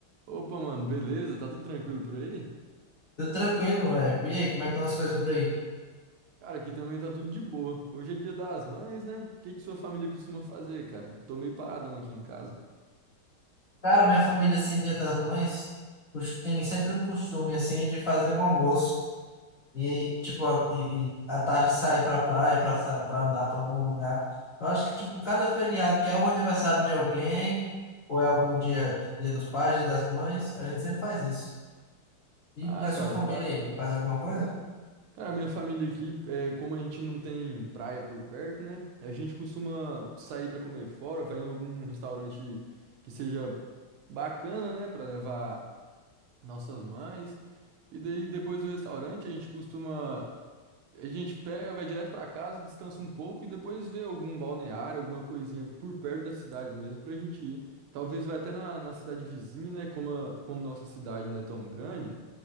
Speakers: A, on the right; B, on the left.
A: Opa, mano, beleza? Tá tudo tranquilo por aí?
B: Tudo tranquilo, velho. E aí, como é que estão as coisas por aí?
A: Cara, aqui também tá tudo de boa. Hoje é dia das mães, né? O que que sua família costuma fazer, cara? Eu tô meio paradão aqui em casa.
B: Cara, minha família, assim, Dia das Mães, cos- tem sempre o costume, assim, de fazer um almoço. E, tipo, a- e, e à tarde sair pra praia, pra, sa- pra andar pra algum lugar. Eu acho que, tipo, cada feriado, que é o aniversário de alguém, ou é algum dia, Dia dos Pais, Dia das Mães, a gente sempre faz isso. E,
A: Ah,
B: e a
A: cara,
B: sua família
A: que bacana.
B: aí, faz alguma coisa?
A: Ca- Cara, minha família aqui, é, como a gente não tem praia por perto, né? A gente costuma sair pra comer fora, vai em algum restaurante que seja bacana, né? Pra levar nossas mães. E daí, depois do restaurante, a gente costuma A gente pega, vai direto pra casa, descansa um pouco e depois vê algum balneário, alguma coisinha por perto da cidade mesmo pra gente ir. Talvez vai até na, na cidade vizinha, né? Como, a- como nossa cidade não é tão grande,